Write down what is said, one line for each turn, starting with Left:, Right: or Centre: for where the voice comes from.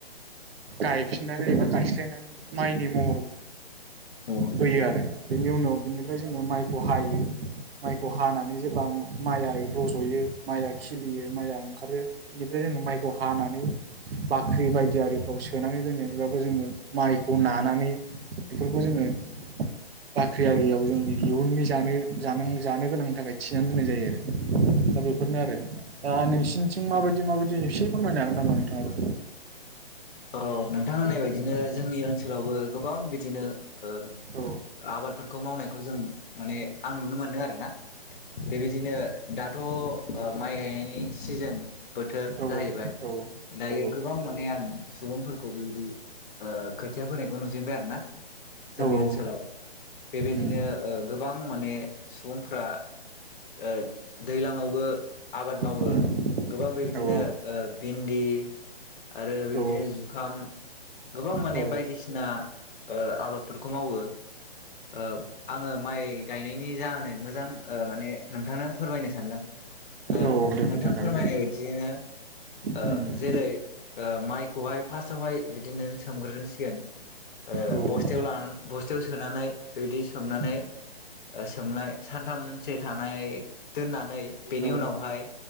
Right: गायफिननानै एबा गायस्लायनानै माइनि महर
Left: औ
Right: फोयो आरो। बेनि उनाव बिनिफ्राय जोङो माइखौ हायो माइखौ हानानै जेब्ला माइया रज'यो माइया खिलियो माइया ओंखारो बेनिफ्राय जोङो माइखौ हानानै बाख्रि बायदि आरिफ्राव सोनानै दोनो एबा जोङो माइखौ नानानै बेफोरखौ जोङो बाख्रि आरियाव जोंनि इयुननि जानो जानां जानो गोनांनि थाखाय थिनानै दोननाय जायो आरो दा बेफोरनो आरो। दा नोंसिनिथिं माबायदि माबायदि एसे फोरमायनो हागोन नामा नोंथाङाबो?
Left: अ नोंथां होननाय बायदिनो जोंनि ओनसोलावबो गोबां बिदिनो ओ
Right: औ
Left: आबादफोरखौ मावनायखौ जों माने आं नुनो मोनदों आरोना बेबायदिनो दाथ' माइ गायनायनि सिजोन बोथोर
Right: औ
Left: जाहैबाय
Right: औ
Left: दायो गोबां माने आं सुबुंफोरखौ बेबायदि ओ खोथिया फोनायखौ नुजेनबाय आरो ना। जोंनि
Right: औ
Left: ओनसोलाव
Right: औ
Left: बेबायदिनो
Right: उम
Left: ओ गोबां माने सुबुंफ्रा ओ दैलांआवबो आबाद मावो
Right: उम
Left: गोबां बेबायदिनो
Right: औ
Left: भिन्दि आरो
Right: औ
Left: बेबायदि दिनो जुखाम गोबां माने
Right: औ
Left: बायदिसिना ओ आबादफोरखौ मावो ओ आङो माइ गायनायनि जाहोनै मोजां ओ माने नोंथांनो फोरमायनो सानदों ओ
Right: औ दे
Left: नोंथां
Right: फोरमायनो
Left: फोरमायनाय बायदिनो
Right: हागोन
Left: ओ
Right: दे उम
Left: जेरै ओ माइ <unintelligible> खौहाय फार्स्टआवहाय बिदिनो सोमग्रोसिगोन ओ
Right: औ औ
Left: बस्थायाव लानानै बस्थायाव सोनानै बेबायदि सोमनानै
Right: उम
Left: सोमनाय सानथामसो थानाय दोननानै बेनि
Right: औ
Left: उनावहाय